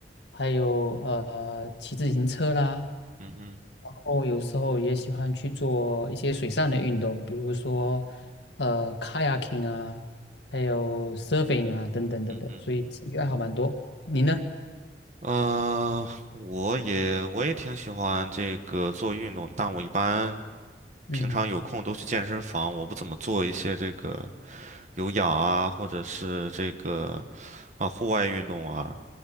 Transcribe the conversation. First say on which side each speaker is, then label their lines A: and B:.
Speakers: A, on the left (about 80°); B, on the right (about 40°).
A: 还有呃骑自行车啦，
B: 嗯哼，
A: 然后有时候也喜欢去做一些水上的运动，比如说呃 kayaking 啊，还有 surfing 啊等等等等，
B: 嗯哼，
A: 所以兴趣爱好蛮多。你呢？
B: 呃，我也我也挺喜欢这个做运动，但我一般
A: 嗯。
B: 平常有空都去健身房，我不怎么做一些这个有氧啊，或者是这个啊户外运动啊。